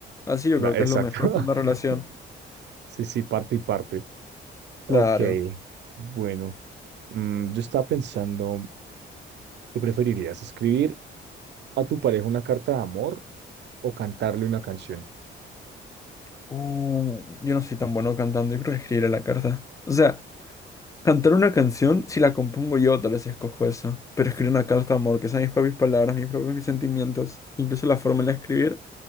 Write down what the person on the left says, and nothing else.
Así yo
creo que
es lo mejor
por una relación.
Claro.
Uh, yo no soy tan bueno cantando, yo creo que escribiré la carta. O sea, cantar una canción, si la compongo yo, tal vez escojo eso. Pero escribir una carta de amor, que sean mis propias palabras, mis propios mis sentimientos, incluso la forma de escribir,